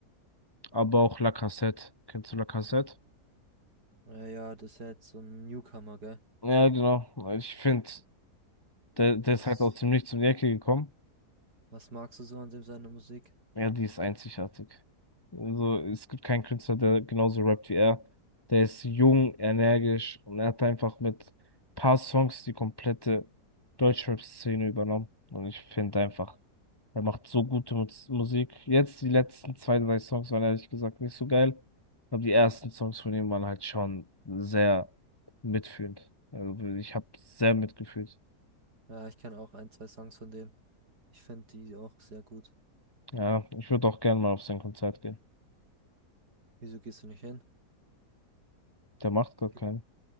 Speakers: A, on the left (about 20°); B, on the right (about 75°).
A: aber auch La Cassette. Kennst du La Cassette?
B: Äh, ja, das ist ja jetzt so ein Newcomer, gell?
A: Ja, genau. Ich finde, der, der
B: Was,
A: ist halt aus dem Nichts um die Ecke gekommen.
B: was magst du so an dem seiner Musik?
A: Ja, die ist einzigartig. Also, es gibt keinen Künstler, der genauso rappt wie er. Der ist jung, energisch und er hat einfach mit paar Songs die komplette Deutschrap-Szene übernommen. Und ich finde einfach, er macht so gute Mus Musik. Jetzt die letzten zwei, drei Songs waren ehrlich gesagt nicht so geil. Aber die ersten Songs von ihm waren halt schon sehr mitfühlend. Also, ich habe sehr mitgefühlt.
B: Ja, ich kenne auch ein, zwei Songs von dem. Ich finde die auch sehr gut.
A: Ja, ich würde auch gerne mal auf sein Konzert gehen.
B: Wieso gehst du nicht hin?
A: Der macht gerade
B: Ge-
A: keinen.